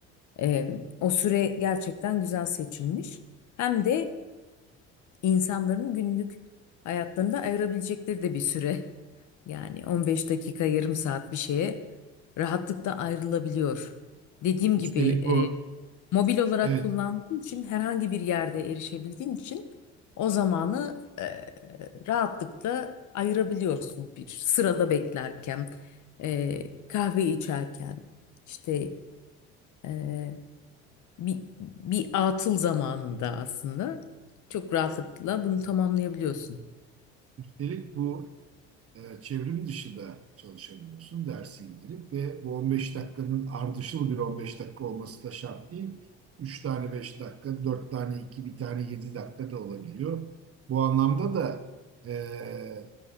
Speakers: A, on the left; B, on the right.
A: Ee, o süre gerçekten güzel seçilmiş. Hem de insanların günlük hayatlarında ayırabilecekleri de bir süre. Yani 15 dakika, yarım saat bir şeye rahatlıkla ayrılabiliyor. Dediğim
B: Üstelik
A: gibi
B: bu
A: e, mobil olarak
B: evet
A: kullandığın için herhangi bir yerde erişebildiğin için o zamanı e, rahatlıkla ayırabiliyorsun bir sırada beklerken, e, kahve içerken, işte e, bir, bir atıl zamanında aslında çok rahatlıkla bunu tamamlayabiliyorsun.
B: üstelik bu e, çevrim dışı da çalışabiliyorsun. Dersi indirip ve bu 15 dakikanın ardışıl bir 15 dakika olması da şart değil. 3 tane 5 dakika, 4 tane 2 bir tane 7 dakika da olabiliyor. Bu anlamda da e,